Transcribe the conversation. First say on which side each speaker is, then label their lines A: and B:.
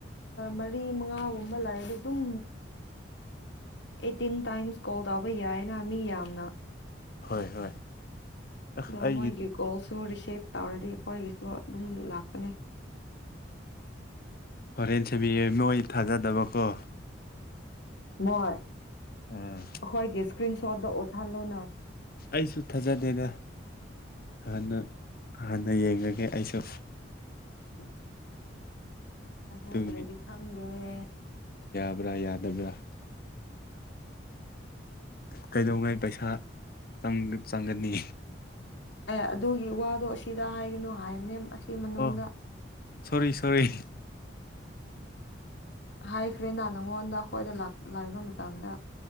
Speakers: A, on the left (about 65°); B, on the left (about 50°).
A: ꯃꯔꯤ ꯃꯉꯥꯒꯨꯝꯕ ꯂꯩꯔꯗꯤ ꯑꯗꯨꯝ ꯑꯩꯠꯇꯤꯟ ꯇꯥꯏꯝꯁ ꯀꯣꯜ ꯇꯧꯕ ꯌꯥꯏꯌꯦꯅ ꯃꯤ ꯌꯥꯝꯅ
B: ꯍꯣꯏ ꯍꯣꯏ ꯑꯁ
A: ꯅꯣꯡꯃꯒꯤ
B: ꯑꯩꯒꯤ
A: ꯀꯣꯜꯁꯨ ꯔꯤꯁꯤꯞ ꯇꯧꯔꯗꯤ ꯑꯩꯈꯣꯏꯒꯤꯁꯨ ꯑꯗꯨꯝ ꯂꯥꯛꯄꯅꯦ
B: ꯍꯣꯔꯦꯟ ꯁꯦꯝꯕꯤꯌꯦ ꯅꯣꯏ ꯊꯥꯖꯗꯕꯀꯣ
A: ꯃꯣꯏ
B: ꯎꯝ
A: ꯑꯈꯣꯏꯒꯤꯁ ꯏꯁꯀ꯭ꯔꯤꯟꯁꯣꯠ ꯗꯨ ꯎꯠꯍꯜ ꯂꯣꯅ
B: ꯑꯩꯁꯨ ꯊꯥꯖꯗꯦꯗ ꯍꯟꯅ ꯍ ꯍꯟꯅ ꯌꯦꯡꯉꯒꯦ ꯑꯩꯁꯨ
A: ꯑꯟꯑꯣꯗꯤꯕꯜ ꯊꯥꯖꯗꯔ꯭ꯗꯤ
B: ꯑꯗꯨꯒꯤ
A: ꯈꯪꯗ꯭ꯔꯦ
B: ꯑꯟꯏꯟꯇꯦꯜꯂꯤꯖꯦꯕꯜ ꯌꯥꯗꯕꯥ꯭ꯔ ꯀꯩꯗꯧꯉꯩ ꯄꯩꯁꯥ ꯆꯪꯒ ꯆꯪꯒꯅꯤ
A: ꯑꯦ ꯑꯗꯨꯒꯤ ꯋꯥꯗꯣ ꯑꯁꯤꯗ ꯍꯥꯏꯒꯅꯨ ꯍꯥꯏꯕꯅꯦ ꯑꯁ ꯁꯤ ꯃꯅꯨꯡꯗ
B: ꯑꯣ ꯁꯣꯔꯤ ꯁꯣꯔꯤ
A: ꯍꯥꯏꯈ꯭ꯔꯦꯅꯥ ꯅꯪꯉꯣꯟꯗ ꯑꯩꯈꯣꯏꯗ ꯂꯥꯛ ꯂꯥꯏꯕ ꯃꯇꯝꯗ